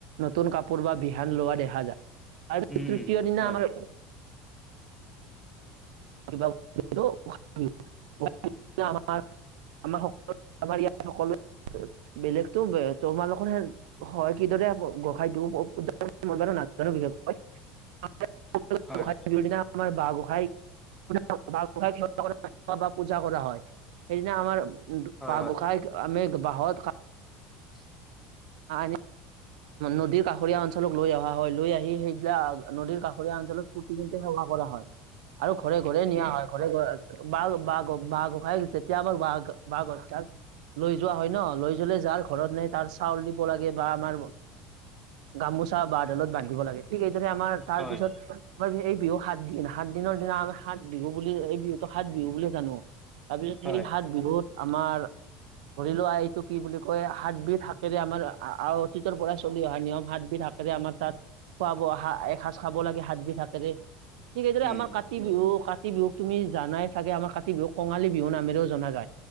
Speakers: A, on the right (about 85°); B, in the centre.
A: নতুন কাপোৰ বা বিহান লোৱা দেখা যা <unintelligible>
B: উম
A: তৃতীয়
B: উম
A: দিনা
B: হয়
A: আমাৰ <unintelligible> আমা স আমাৰ ইয়া সকলো বেলেগতো তোমালোকৰ হে হয় কিদৰে গোসাই দিও <unintelligible>
B: হয়
A: নাজানো <unintelligible> <unintelligible> পূজা কৰা হয়। সেইদিনা আমাৰ বা গোসাঁইৰ আমি
B: হয় হয়
A: বাহত <unintelligible>
B: <inaudible>
A: আ নদী কাষৰীয়া অঞ্চলক লৈ অহা হয়। লৈ আহি সেই নদীৰ কাষৰীয়া অঞ্চলত পুতি কিন্তে সেৱা কৰা হয় আৰু ঘৰে ঘৰে নিয়া হয়। ঘৰে ব বাল বাঘ হওঁক বা খাই এতিয়া আমাক বা <unintelligible> তাক লৈ যোৱা হয় ন, লৈ যলে যাৰ ঘৰত নাই তাৰ চাউল দিব লাগে বা আমাৰ গামোচা বা ডালত বান্ধিব লাগে। ঠিক এইদৰে আমাৰ তাৰপিছত।
B: হয়,
A: <unintelligible> এই বিহু সাত দিন, সাত দিনৰ দিনা আমি সাত বিহু বুলি এই বিহুতো সাত বিহু বুলি জানো। তাৰপিছত
B: হয়,
A: সেই সাত বিহুত আমাৰ ধৰি লোৱা এইটো কি বুলি কয়, সাতবিধ কেলে আমাৰ আ আও অতীতৰ পৰাই চলি অহা নিয়ম সাতবিধ শাক কেৰে আমাৰ তাত খোৱা বোৱা সা এক সাজ খাব লাগে হাত বিধ শাকেৰে। ঠিক সেইদৰে
B: উম,
A: আমাৰ কা কাতি বিহু কাতি বিহুক তুমি জানাই চাগে আমাৰ কাতি বিহুক কঙালী বিহু নামেৰেও জনা যায়।